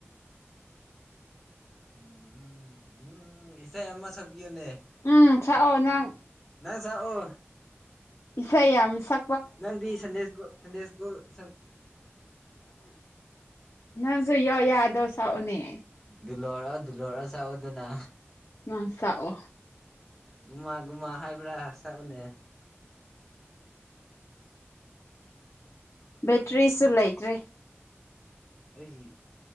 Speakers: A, in the centre; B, on the left.
A: ꯎꯝ ꯎꯝ ꯎꯝ ꯏꯁꯩ ꯑꯃ ꯁꯛꯄꯤꯌꯨꯅꯦ
B: ꯎꯝ ꯁꯥꯛꯑꯣ ꯅꯪ
A: ꯅꯪ ꯁꯥꯑꯣ
B: ꯏꯁꯩꯩ ꯌꯥꯝ ꯁ
A: ꯅꯪꯗꯤ ꯁꯟꯗꯦꯁꯀꯣ ꯁꯟꯗꯦꯁꯀꯣ ꯏꯁ
B: ꯅꯪꯁꯨ ꯌꯣ ꯌꯥꯗꯣ ꯁꯥꯅꯦ
A: ꯗꯨꯜꯂꯣꯔꯛ ꯗꯨꯜꯂꯣꯔ ꯆꯥꯛꯑꯣꯗꯅ
B: ꯃꯁꯑꯣ
A: ꯒꯨꯝꯃꯥ ꯒꯨꯝꯃꯥ ꯍꯥꯏꯕ꯭ꯔꯥ ꯁꯛꯕꯅꯦ
B: ꯕꯦꯇ꯭ꯔꯤꯁꯨ ꯂꯩꯇ꯭ꯔꯦ
A: ꯑꯩꯒꯤ